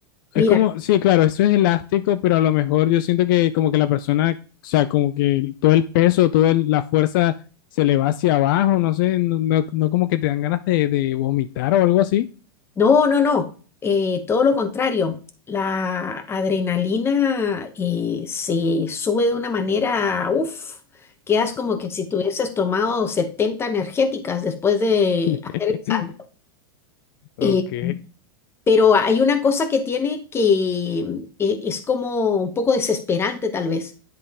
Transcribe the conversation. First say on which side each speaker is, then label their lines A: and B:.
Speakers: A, on the left (about 20°); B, on the left (about 60°).
A: mira,
B: es como, sí, claro, eso es elástico, pero a lo mejor yo siento que como que la persona, o sea, como que todo el peso, toda el- la fuerza se le va hacia abajo, no sé, no, no, no como que te dan ganas de, de vomitar o algo así.
A: no, no, no, eh, todo lo contrario. La adrenalina eh, se sube de una manera, uff, quedas como que si tuvieses tomado 70 energéticas después de
B: <laughs>
A: hacer el salto.
B: Ok.
A: Eh, pero hay una cosa que tiene que eh, es como un poco desesperante tal vez.